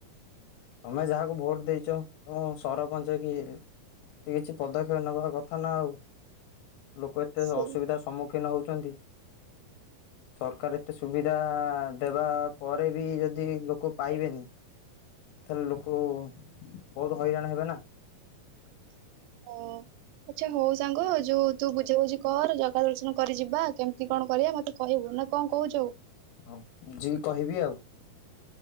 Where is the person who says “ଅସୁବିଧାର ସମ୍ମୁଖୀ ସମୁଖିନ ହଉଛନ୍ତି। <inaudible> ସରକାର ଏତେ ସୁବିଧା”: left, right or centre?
Left